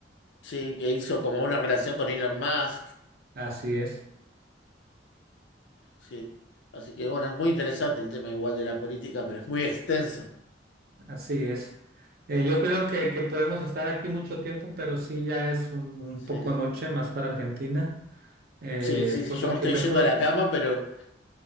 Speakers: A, on the left (about 75°); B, on the right (about 55°).
A: sí, que hizo como una relación con Elon Musk,
B: Así es.
A: sí. Así que, bueno, es muy interesante el tema igual de la política, pero es muy extenso,
B: Así es. Eh, yo creo que, que podemos estar aquí mucho tiempo, pero sí ya es un, un
A: sí.
B: poco noche más para Argentina. Eh,
A: Sí, sí, sí,
B: pues
A: yo
B: lo
A: me
B: que
A: estoy
B: mejor,
A: yendo a la cama, pero...